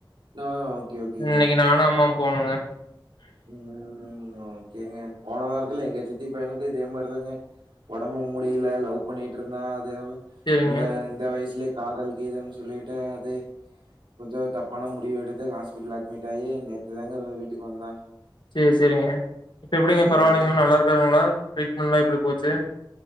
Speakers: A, on the right; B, on the left.
A: ஆ ஓகே ஓகேங்க
B: இன்னக்கு நானு அம்மாவு போணுங்க
A: ம் ஓகேங்க போன வாரத்துல எங்க சத்தி பையனுக்கு இதே மாரிதாங்க ஒடம்பு முடியில லவ் பண்ணிட்ருந்தா அது என்னமோ
B: சேரிங்க
A: இந்த இந்த வயசுலே காதல் கீதல்ன்னு சொல்லிட்டு அது கொஞ்சோ தப்பான முடிவு எடுத்து ஹாஸ்பிடல் அட்மிட்டாயி நேத்துதாங்க வீட்டுக்கு வந்தா
B: சேரி சேரிங்க இப்போ எப்டிங்க
A: சேரி
B: பரவாயில்லைங்ளா நல்லா இருக்காங்ளா ட்ரீட்மெண்ட்லா எப்டி போச்சு